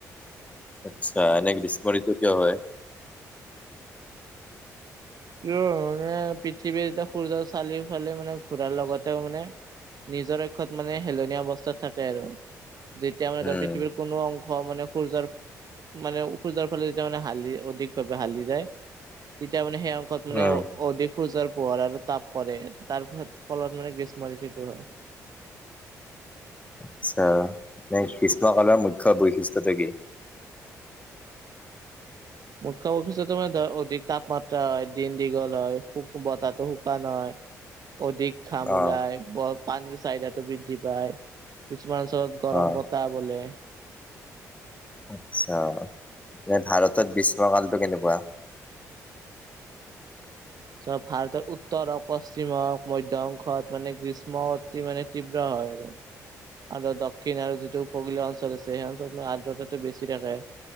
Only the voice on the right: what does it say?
কিয় মানে পৃথিৱীৰ এতিয়া সূৰ্যৰ চালি ফালি মানে ঘূৰাৰ লগতেও মানে নিজৰ অক্ষত মানে হেলনীয়া অৱস্থাত থাকে আৰু যেতিয়া মানে
পৃথিৱীৰ কোনো অংশ মানে সূৰ্যৰ মানে খু যোৱাৰ ফালে যেতিয়া মানে হালি অধিক ভাৱে হালি যায় তেতিয়া মানে সেইয়া মুখত মানে
অধিক সুজৰ পোহৰ আৰু তাপ পৰে তাৰ ফলত মানে গ্ৰীষ্ম ঋতুটো হয়।
মুখ্য বৈশিষ্টতো মে ধৰ অধিক তাপমাত্ৰা হয় দিন দীঘল হয় বতাহো শুকান হয়। অধিক ঘাম
ওলাই পানীৰ চাহিদাটো বৃদ্ধি পায় কিছুমান ওচৰত গৰম
বত তা বোলে।
চ ভাৰতৰ উত্তৰ হওক পশ্চিম হওক মধ্য অংশত মানে গ্ৰীষ্ম অতি মানে তীব্ৰ হয় আৰু। আৰু দক্ষিণ আৰু যিটো উপকূলীয় অঞ্চল আছে সেই অঞ্চলত আৰ্দ্ৰতাটো বেছি থাকে।